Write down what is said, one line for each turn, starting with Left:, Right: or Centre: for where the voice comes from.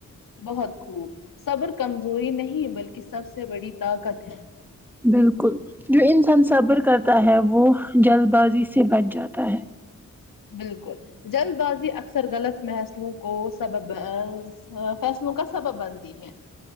Left: بہت خوب صبر کمزوری نہیں بلکہ سب سے بڑی طاقت ہے
Centre: بالکل جو انسان صبر کرتا ہے وہ جلد بازی سے بچ جاتا ہے
Left: بالکل جلد بازی اکثر غلط محسلوں کو سببز فیصلوں کا سبب بنتی ہے